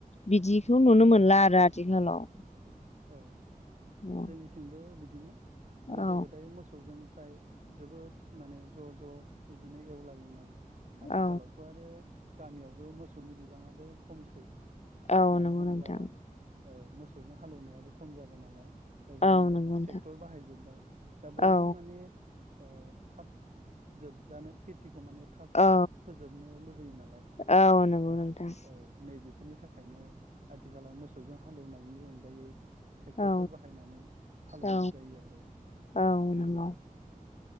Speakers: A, on the left; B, on the right.
A: बिदिखौ नुनो मोनला रा आथिखालाव।
B: औ
A: औ
B: जोंनिथिंबो बि बिदिनो। गोदो
A: औ
B: गोदाय मोसौजों फ्राय जोबोद माने ज ज बिदिनो एवलायोमोन आथिखालावथ
A: औ
B: आरो गामियावबो मोसौनि बिबाङाबो खमसै।
A: औ
B: मानो
A: नंगौ
B: होमब्ला
A: नोंथां
B: औ मोसौजों हालौनायाबो खम जाबाय नालाय दा जायनि
A: औ
B: जाहोनाव
A: नंगौ नोंथां
B: थेक्टर बाहायजोब्बाय दा बयबो
A: औ
B: माने ओ थाब जोबजानो खेथिखौ माने थाब
A: औ
B: फोजोबनो लुबैयो नालाय,
A: औ नंगौ
B: दा
A: नोंथां
B: औ नैबेफोरनि थाखायनो आथिखालाव मोसौजों हा हालौनायनि अन गायै थेक्टरफोर
A: औ
B: बाहायनानै हालौनाय
A: औ
B: जायो आरो
A: औ
B: बिदि
A: नंगौ